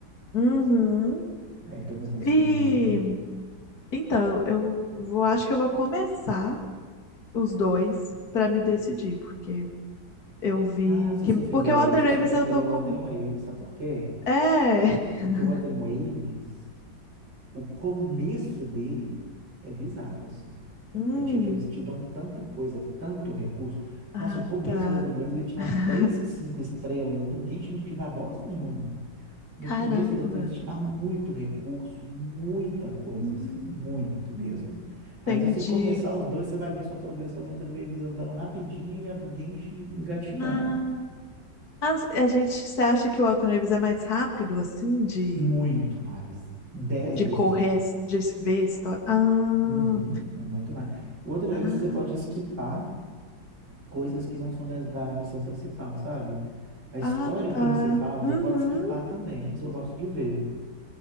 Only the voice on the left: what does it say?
Uhum.
E
então, eu vou, acho que eu vou começar os dois para me decidir, porque eu vi
que.
Porque
o Watan
Raves
eu
tô
com.
É! <laughs>
Hum,
ah,
tá.
<laughs>
Caramba.
Hum,
entendi.
Ah, as- a gente, você acha que o Elton Davis é mais rápido, assim, de,
de
correr,
a his- de ver a história? Ah,
ah,
ah, tá.
Uhum,